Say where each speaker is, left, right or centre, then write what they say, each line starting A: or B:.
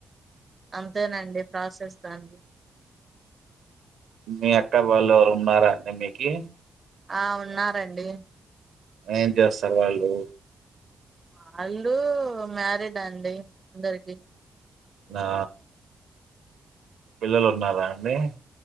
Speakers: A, on the right; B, on the right.
A: అంతేనండి ప్రాసిస్తాం
B: మీ అక్క వాళ్ళు ఎవరు ఉన్నారా అండి మీకి
A: ఆ ఉన్నారండి
B: ఏం చేస్తారు వాళ్ళు
A: వాళ్ళు మ్యారీడ్ అండి అందరికి
B: నా పిల్లలు ఉన్నారా అండి